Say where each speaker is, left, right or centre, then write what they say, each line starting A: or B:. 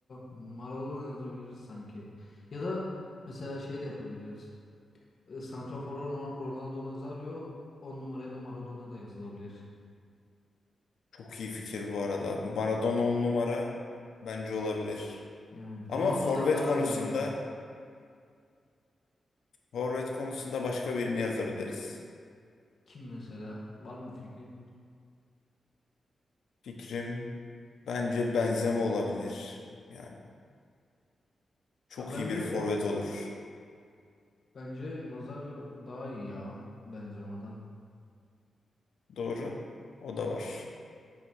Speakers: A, on the left (about 50°); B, on the left (about 80°).
A: Maradona yazabiliriz sanki. Ya da mesela şey de yapabiliriz. E, Santrofora Ro- Ronaldo Nazario, 10 numaraya da Maradona da yazılabilir.
B: Çok iyi fikir bu arada. Maradona on numara bence olabilir.
A: Yani
B: Ama
A: Ronaldo'dan
B: forvet
A: daha
B: konusunda,
A: iyi oynar.
B: forvet konusunda başka birini yazabiliriz.
A: Kim mesela? Var mı fikrin?
B: Fikrim bence Benzema olabilir. Yani çok
A: Ya bence
B: iyi bir forvet olur.
A: bence Nazario daha iyi ya Benzema'dan.
B: Doğru. O da var.